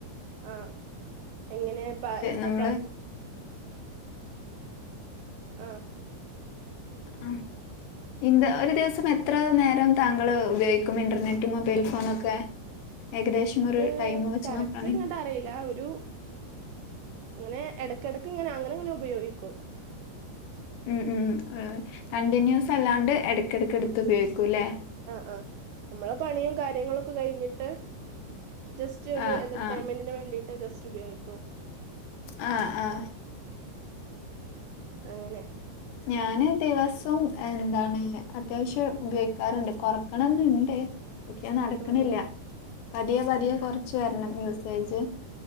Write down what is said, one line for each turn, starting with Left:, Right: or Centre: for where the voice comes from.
Right: ആഹ എങ്ങനെ പ എന്താ
Left: നമ്മൾ
Right: പൈ ആഹ
Left: ആ ഇ ഒരു ദിവസം എത്ര നേരം താങ്കൾ ഉപയോഗിക്കും ഇന്റർനെറ്റ് മൊബൈൽ ഫോണൊക്കെ ഏകദേശം
Right: അത്
Left: ഒരു ടൈം വെച്ച്
Right: കറക്റ്റ്
Left: നോക്കുകയാണെങ്കിൽ
Right: ഇങ്ങോട്ട് അറിയില്ല ഒരു ഇങ്ങനെ ഇടക്കിടക്ക് ഇങ്ങനെ അങ്ങനെ ഇങ്ങനെ ഉപയോഗിക്കും
Left: ഉം ഉ കണ്ടിന്യൂസ് അല്ലാണ്ട് ഇടക്കിടക്ക് എടുത്ത് ഉപയോഗിക്കൂല്ലേ
Right: ആഹ് ആഹ് നമ്മളെ പണിയും കാര്യങ്ങളൊക്കെ കഴിഞ്ഞിട്ട് ജസ്റ്റ് ഒരു
Left: ആഹ്
Right: എന്റർടൈൻമെന്റിന്
Left: ആഹ്
Right: വേണ്ടി ട്ട് ജസ്റ്റ് ഉപയോഗിക്കും
Left: ആ ആ
Right: അങ്ങനെ
Left: ഞാന് ദിവസം എന്താണ് അത്യാവശ്യം ഉപയോഗിക്കാറുണ്ട് കൊറക്കണം എന്നുണ്ട് ഒക്കെ നടക്കണില്ല
Right: ആഹ് ആഹ്
Left: പതിയെ പതിയെ കൊറച്ച് വരണം യൂസേജ്